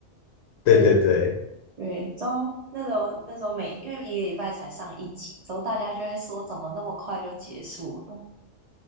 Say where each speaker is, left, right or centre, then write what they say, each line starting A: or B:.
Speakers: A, on the left; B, on the right.
A: 对对对，
B: 对对，之后那时候那时候每因为一个礼拜才上一集，之后大家就会说怎么那么快就结束了？